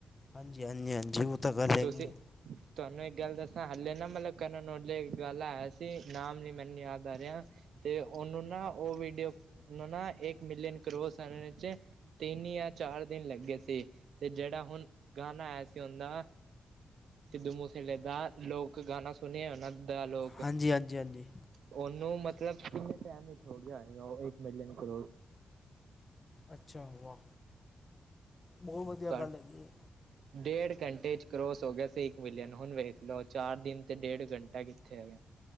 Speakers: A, on the left (about 35°); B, on the right (about 80°).
A: ਹਾਂਜੀ ਹਾਂਜੀ ਹਾਂਜੀ ਉਹ ਤਾਂ ਗੱਲ ਹੈਗੀ
B: ਤੁਸੀ
A: ਹੈ
B: ਤੁਹਾਨੂੰ ਇੱਕ ਗੱਲ ਦੱਸਾਂ ਹਲੇੇ ਨਾ ਮਤਲਬ ਕਰਨ ਔਜਲੇ ਦਾ ਗਾਣਾ ਆਇਆ ਸੀ। ਨਾਮ ਨੀ ਮੈਨੂੰ ਯਾਦ ਆ ਰਿਹਾ। ਤੇ ਉਹਨੂੰ ਨਾ ਉਹ ਵੀਡੀਓ ਨਾ ਇੱਕ ਮਿਲੀਅਨ ਕਰੋੜ <unintelligible> ਤਿੰਨ ਯਾਂ ਚਾਰ ਦਿਨ ਲੱਗੇ ਸੀ, ਤੇ ਜਿਹੜਾ ਹੁਣ ਗਾਣਾ ਆਇਆ ਸੀ ਹੁਂਨ ਨਾ ਸਿੱਧੂ ਮੂਸੇ ਵਾਲ਼ੇ ਦਾ ਲੋਕ ਗਾਣਾ ਸੁਣੇ ਉਹਨਾਂ ਦਾ ਲੋਕ
A: ਹਾਂਜੀ-ਹਾਂਜੀ-ਹਾਂਜੀ।
B: ਉਹਨੂੰ ਮਤਲਬ ਕਿੰਨੇ ਟਾਈਮ ਵਿੱਚ ਹੋ ਗਿਆ ਹੋਏਗਾ ਇੱਕ ਮਿਲੀਅਨ ਕਰੋੜ
A: ਅੱਛਾ, ਵਾਹ! ਬਹੁਤ ਵਧੀਆ
B: ਤੁਹਾ
A: ਗੱਲ ਹੈਗੀ ਹੈ।
B: ਡੇਢ ਘੰਟੇ ਚ ਕਰੋਸ ਹੋ ਗਿਆ ਸੀ ਇੱਕ ਮਿਲੀਅਨ ਹੁਣ ਵੇਖ ਲਓ ਚਾਰ ਦਿਨ ਤੇ ਡੇਢ ਘੰਟਾ ਕਿੱਥੇ ਹੈਗੇ